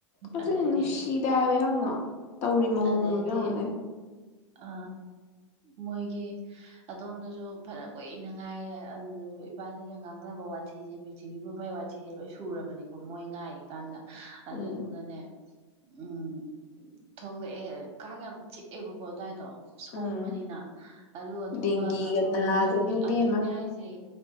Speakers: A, on the left; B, on the right.
A: ꯑꯣ
B: ꯑꯗꯩꯗꯤ
A: ꯅꯨꯡꯁꯤꯗꯦ ꯍꯥꯏꯕ ꯌꯥꯝꯅ ꯇꯧꯔꯤ ꯃꯑꯣꯡꯗ
B: ꯑꯗꯩꯗꯤ
A: ꯌꯦꯡꯉꯨꯅꯦ
B: ꯑ ꯃꯣꯏꯒꯤ ꯑꯗꯣꯝꯗꯁꯨ ꯐꯅ ꯀꯨꯏꯅ ꯉꯥꯏꯌꯦ ꯑꯗꯨꯗꯁꯨ ꯏꯕꯥꯅꯤꯅ ꯉꯥꯡꯅꯕ ꯋꯥꯊꯤꯁꯦ ꯄ꯭ꯔꯤꯊꯤꯕꯤꯕꯨ ꯃꯩ ꯋꯥꯊꯤꯁꯦ ꯂꯣꯏ ꯁ ꯁꯨꯔꯕꯅꯤꯀꯣ ꯃꯣꯏ ꯉꯥꯏꯔꯤꯀꯥꯟꯗ ꯑꯗꯨꯗꯨꯒꯅꯦ
A: ꯎꯝ
B: ꯎꯝ ꯊꯣꯛꯂꯛꯑꯦ ꯀꯥꯡ ꯌꯥꯝ ꯆꯤꯛꯑꯦꯕꯀꯣ ꯑꯗꯨꯋꯥꯏꯗꯣ ꯁꯣꯡꯕꯅꯤꯅ
A: ꯎꯝ
B: ꯑꯗꯨꯒ ꯊꯣꯛꯂꯛꯑꯒ
A: ꯗꯦꯡꯒꯤꯒ
B: ꯁꯣꯝ ꯅꯥꯀꯟꯒꯤ
A: ꯅꯥꯖꯅꯤ ꯏꯕꯦꯝꯃ
B: ꯑꯗꯨꯅꯦ ꯍꯥꯏꯁꯦ